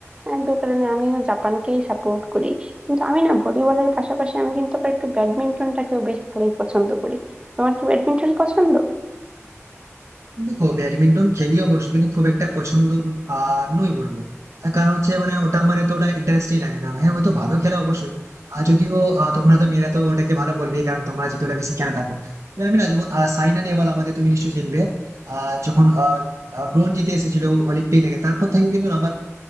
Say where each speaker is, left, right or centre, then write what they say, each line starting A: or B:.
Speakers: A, on the right; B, on the right.
A: আহ, যে কারণে আমিও জাপানকেই সাপোর্ট করি কিন্তু আমি না ভলিবলের পাশাপাশি আমি কিন্তু আবার একটু ব্যাডমিন্টনটাকেও বেশ ভালোই পছন্দ করি তোমার কি ব্যাডমিন্টন পছন্দ
B: দেখো ব্যাডমিন্টন খেলি অবশ্য কিন্তু খুব একটা পছন্দ আর নই বলবো তার কারণ হচ্ছে মানে ওটা আমার এতটা ইন্টারেস্টিং লাগে না হ্যাঁ হয়তো ভালো খেলা অবশ্যই আর যদিও আহ, তোমরা তো মেয়েরা তো ওটাকে ভালো বলবে কারণ তোমরা যেহেতু ওটা বেশি খেলা থাকো তবে আমি না যখন আহ, সাইনা নেহওয়াল আমাদের তুমি নিশ্চয়ই চিনবে আহ যখন ব্রোঞ্জ জিতে এসেছিল অলিম্পিক থেকে তারপর থেকে কিন্তু আমার